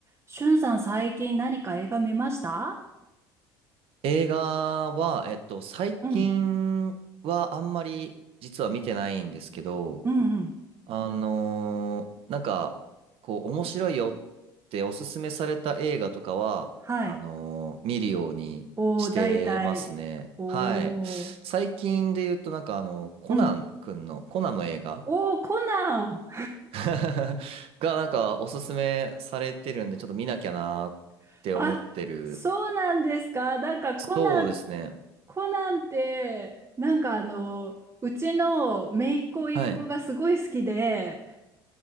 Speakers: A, on the right; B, on the right.
A: しゅんさん最近何か映画見ました
B: 映画は、えっと、最近はあんまり実は見てないんですけど、
A: うん。うんうん。
B: あのーなんか、こう、面白いよっておすすめされた映画とかは、
A: はい。
B: あのー見るようにしてますね。
A: おー、大体。おー。
B: はい。最近で言うと、なんかあの、コナンくんの、
A: うん。
B: コナンの映画
A: おー、コナン。
B: <laughs> がなんかおすすめされてるんで、ちょっと見なきゃなーって思ってる。
A: <laughs> あ、そうなんですか。なんかコナン、
B: そうですね。
A: コナンって、なんかあの、うちの姪っ子一個がすごい好きで、
B: はい